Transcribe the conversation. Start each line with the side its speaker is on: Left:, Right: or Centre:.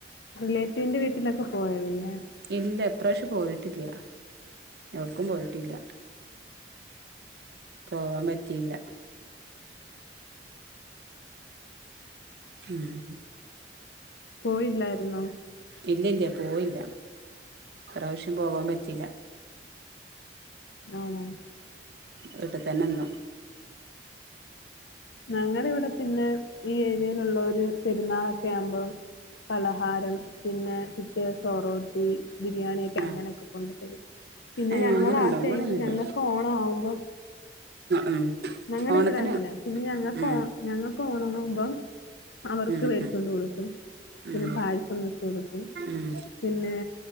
Left: റിലേറ്റീവിന്റെ വീട്ടിലൊക്കെ പോയോ പിന്നെ
Right: ഇല്ല ഇപ്രാവശ്യം പോയിട്ടില്ല എവ്ട്ക്കും പോയിട്ടില്ല പോവാൻ പറ്റിയില്ല ഉം
Left: പോയില്ല ന്നോ
Right: ഇല്ല ഇല്ല പോയില്ല ഇപ്രാവശ്യം പോവാൻ പറ്റില്ല
Left: ആണോ
Right: വീട്ട് തന്നെന്നു
Left: ഞങ്ങള് വിടെ പിന്നെ ഈ ഏരിയയിലുള്ളോര് പെരുന്നാളൊക്കെ ആകുമ്പം പലഹാരം പിന്നെ പിന്നെ ഒറോട്ടി ബിരിയാണിയൊക്കെ
Right: ആ
Left: അങ്ങനെയൊക്കെ കൊണ്ടു തരും പിന്നെ
Right: ഏ
Left: ഞങ്ങക്കാ
Right: അങ്ങനെണ്ടോ
Left: ടൈമില്
Right: ഇവിടെന്നുല്ല
Left: ഞങ്ങക്ക് ഓണം ആവുമ്പോം
Right: ഉം
Left: ഞങ്ങള്
Right: ഓണത്തിന്
Left: ഇവിടെ അങ്ങനെ പിന്നെ ഞങ്ങക്ക്
Right: ഉം
Left: ഓ ഞങ്ങ ക്കോണാവുമ്പം അവർക്ക്
Right: ഉം
Left: വേടിച്ചൊണ്ട്
Right: ഉം
Left: കൊടുക്കും പിന്നെ
Right: ഉം
Left: പായസം വെച്ച് കൊടുക്കും
Right: ഉം
Left: പിന്നെ